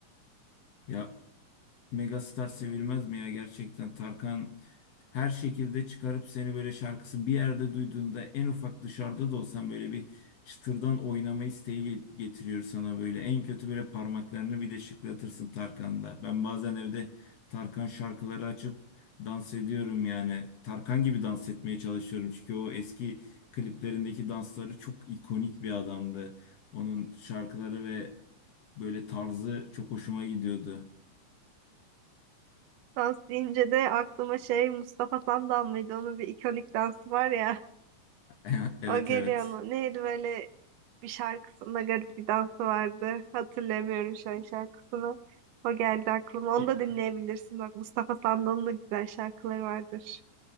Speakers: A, on the left (about 60°); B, on the right (about 80°).
A: Ya Megastar sevilmez mi ya gerçekten? Tarkan her şekilde çıkarıp seni böyle şarkısı bir yerde duyduğunda en ufak dışarıda da olsan böyle bir çıtırdan oynama isteği ge- getiriyor sana böyle. En kötü böyle parmaklarını bile şıklatırsın Tarkan'da. Ben bazen evde Tarkan şarkıları açıp dans ediyorum yani. Tarkan gibi dans etmeye çalışıyorum çünkü o eski kliplerindeki dansları çok ikonik bir adamdı. Onun şarkıları ve böyle tarzı çok hoşuma gidiyordu.
B: Dans deyince de aklıma şey Mustafa Sandal mıydı? Onun bir ikonik dansı var ya.
A: <laughs> Evet
B: O geliyor
A: evet.
B: mu? Neydi böyle bir şarkısında garip bir dansı vardı. Hatırlamıyorum şu an şarkısını. O geldi aklıma. Onu
A: Y-
B: da dinleyebilirsin. Bak Mustafa Sandal'ın da güzel şarkıları vardır.